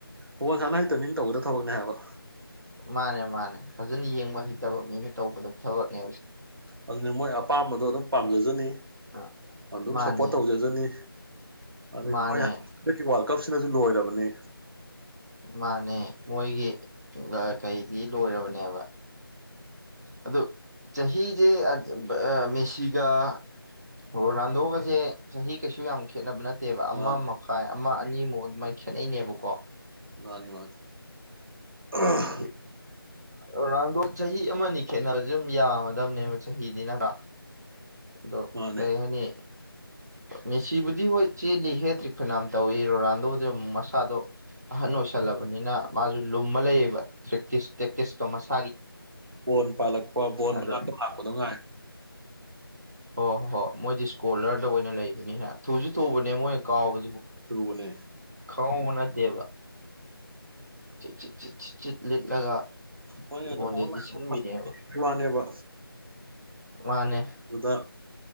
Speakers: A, on the right (about 65°); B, on the right (about 45°).
A: ꯍꯣꯏ ꯅꯟꯁꯥꯅ ꯍꯩꯇꯕꯅꯤꯅ ꯇꯧꯒꯗ ꯊꯕꯛꯅꯦ ꯍꯥꯏꯕ
B: ꯃꯥꯅꯦ ꯃꯥꯅꯦ ꯐꯖꯅ ꯌꯦꯡꯕ ꯍꯩꯇꯕ ꯃꯤꯅ ꯇꯧꯕꯗ ꯊꯕꯛꯅꯦ
A: ꯑ ꯗꯨꯅ ꯃꯣꯏ ꯑꯄꯥꯝꯕꯗꯣ ꯑꯗꯨꯝ ꯄꯥꯝꯖꯖꯅꯤ
B: ꯑ,
A: ꯑꯗꯨꯝ
B: ꯃꯥꯅꯦ
A: ꯁꯞꯄꯣꯔꯠ ꯇꯧꯖꯖꯅꯤ ꯑꯗꯨ
B: ꯃꯥꯅꯦ
A: ꯍꯟꯗꯛꯀꯤ ꯋꯥ ꯀ ꯁꯤꯅꯁꯨ ꯂꯣꯏꯔꯕꯅꯤ
B: ꯃꯥꯅꯦ ꯃꯣꯏꯒꯤ ꯀꯩꯗꯤ ꯂꯣꯏꯔꯕꯅꯦꯕ ꯑꯗ ꯆꯍꯤꯁꯦ ꯃꯦꯁꯤꯒ ꯑꯣ ꯂꯅꯥꯟꯗꯣꯛꯑꯒꯁꯦ ꯆꯍꯤ ꯀꯩꯁꯨ ꯌꯥꯝ ꯈꯦꯠꯅꯕ ꯅꯠꯇꯦ ꯠꯇꯦꯕ ꯑꯃ
A: ꯃꯥꯅꯤ
B: ꯃꯈꯥꯏ ꯑꯃ ꯑꯅꯤꯃꯨꯛ ꯑꯗꯨꯃꯥꯏꯅ ꯈꯦꯠꯅꯩꯅꯦꯕꯀꯣ
A: ꯃꯥꯅꯤ ꯃꯥꯗꯤ ꯑꯥ
B: ꯍꯥꯏꯗꯤ ꯔꯣꯅꯥꯜꯗꯣ ꯆꯍꯤ ꯑꯃꯅꯤ ꯈꯦꯠꯅꯕꯁꯦ ꯑꯗꯨꯝ ꯌꯥꯝꯃꯗꯕꯅꯦꯕ ꯆꯍꯤꯗꯤ ꯅꯠꯇ꯭ꯔ ꯗꯣ
A: ꯃꯥꯅꯤ
B: ꯀꯩ ꯍꯥꯏꯅꯤ ꯃꯦꯁꯤꯕꯨꯗꯤ ꯍꯣꯏ ꯆꯦꯜꯂꯤ ꯍꯦ ꯇ꯭ꯔꯤꯛ ꯐꯅꯝ ꯇꯧꯏ ꯔꯣꯅꯥꯜꯗꯣꯗꯨ ꯃꯁꯥꯗꯣ ꯑꯍꯟ ꯑꯣꯏꯁꯜꯂꯕꯅꯤꯅ ꯃꯥꯁꯨ ꯂꯨꯝꯕ ꯂꯩꯌꯦꯕ ꯭ꯔ
A: ꯕꯣꯟ ꯄꯥꯜꯂꯛꯄ ꯕꯣꯟ
B: ꯑꯗꯣ
A: ꯃꯅꯥꯛꯇ ꯂꯥꯛꯄꯗꯉꯥꯏ
B: ꯑꯣꯣꯏ ꯍꯣꯏ ꯍꯣꯏ ꯃꯣꯏꯗꯤ ꯁ꯭ꯀꯣꯂꯔꯗ ꯑꯣꯏꯅ ꯂꯩ ꯊꯨꯁꯨ ꯊꯨꯕꯅꯦ ꯃꯣꯏꯅ ꯀꯥꯎꯕ
A: ꯊꯒꯕꯅꯦ
B: ꯈꯕ ꯅꯠꯇꯦꯕ ꯠ <unintelligible> ꯂꯤꯠꯂꯒ
A: ꯍꯣꯏ ꯑꯗꯨꯒꯨꯝꯕ
B: ꯕꯣꯟꯗ
A: ꯃꯌꯥꯝ
B: ꯆꯁꯟꯕꯤꯅꯦꯕ
A: ꯐꯖꯕꯒꯤ ꯋꯥꯅꯦꯕ
B: ꯃꯥꯅꯦ
A: ꯑꯗꯨꯗ